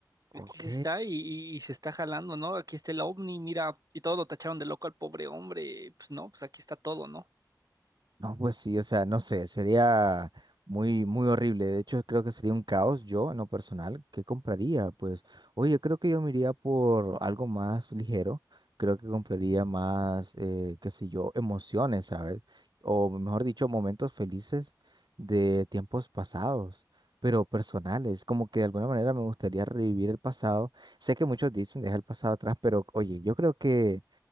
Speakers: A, on the right (about 70°); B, on the right (about 55°).
A: ok,
B: aquí se está y, y- y se está jalando, ¿no? Aquí está el ovni, mira, y todos lo tacharon de loco al pobre hombre, pues no, pues aquí está todo, ¿no?
A: No, pues sí, o sea, no sé, sería muy, muy horrible. De hecho, creo que sería un caos yo, en lo personal. ¿Qué compraría? Pues, oye, creo que yo me iría por algo más ligero. Creo que compraría más, eh, qué sé yo, emociones, ¿sabes? O mejor dicho, momentos felices de tiempos pasados, pero personales. Como que de alguna manera me gustaría revivir el pasado. Sé que muchos dicen deja el pasado atrás, pero oye, yo creo que